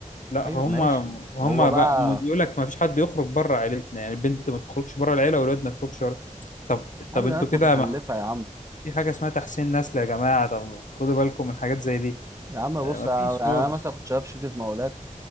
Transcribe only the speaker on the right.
ايوه
ماشي
هو بقى
يا
عم
ده ناس
متخلفه
يا عم
يا عم
بص
انا
يعني
أنا مثلا كنت شغال في شركه مقاولات